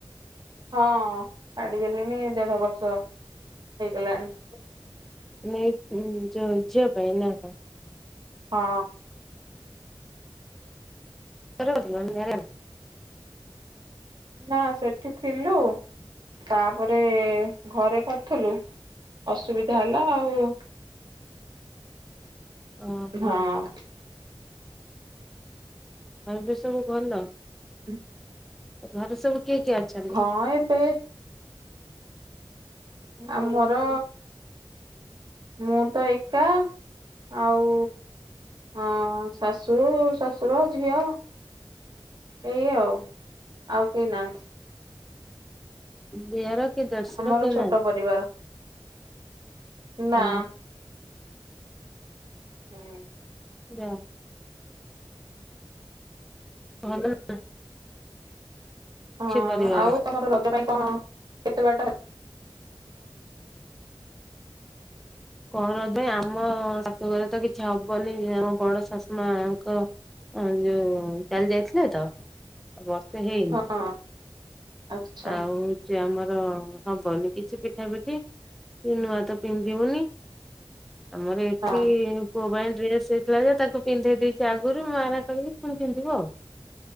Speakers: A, on the right; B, in the centre.
A: ହଁ ଛାଡିଦେଲିଣି ଦେଢ଼ ବର୍ଷ ହେଇଗଲାଣି।
B: ନେଇ ଯ ଝିଅ ପାଇଁ ନା କଣ?
A: ହଁ।
B: ଏରୋନର ମ୍ୟାରେଲ୍।
A: ନା ସେଠି ଥିଲୁ ତାପରେ ଘରେ କରିଥିଲୁ ଅସୁବିଧା ହେଲା ଆଉ
B: ଓହୋ
A: ହଁ।
B: ଆଉ ଏବେ ସବୁ ଭଲ?
A: ହୁଁ।
B: ଘରେ ସବୁ କିଏ କିଏ ଅଛନ୍ତି?
A: ହଁ ଏବେ ଆମର ମୁଁ ତ ଏକା ଆଉ ଅ ଶାଶୁ ଶାଶୁର ଝିଅ ଏଇ ଆଉ ଆଉ କେହି ନାହାନ୍ତି।
B: ଦିଅର? କି ଦେଢଶୁର
A: ଆମର
B: କେହି
A: ଛୋଟ
B: ନାହାନ୍ତି
A: ପରିବାର ନା।
B: ଓ
A: ହୁଁ।
B: ଯା। ଭଲରେ ଉ
A: ହଁ
B: ପରିବାର
A: ଆଉ ତମର ରଜ ପାଇଁ କଣ କେତେ ବାରଟ ହେ
B: କଣ ପାଇଁ ଆମ ଶାଶୁ ଘରେ ତ କିଛି ହବନି ଆମ ବଡ଼ ଶାଶୁ ମାଙ୍କ, ଏଁ ଯୋଉ ଚାଲି ଯାଇଥିଲେ ତ ଏ ବର୍ଷ, ତେ ହେଇନି
A: ହଁ ଆଚ୍ଛା
B: ଆଉ, ଯେ ଆମର ହବନି କିଛି ପିଠା ପିଠି କି ନୂଆ ତ ପିନ୍ଧିବୁନି, ଆମର ଏଠି,
A: ହଁ
B: ପୁଅ ପାଇଁ ଡ୍ରେସ୍ ହେଇଥିଲା ଯେ ତାକୁ ପିନ୍ଧେଇ ଦେଇଛି ଆଗରୁ ମୁ ମାରା କରିକି ପୁଣି ପିନ୍ଧିବ ଆଉ,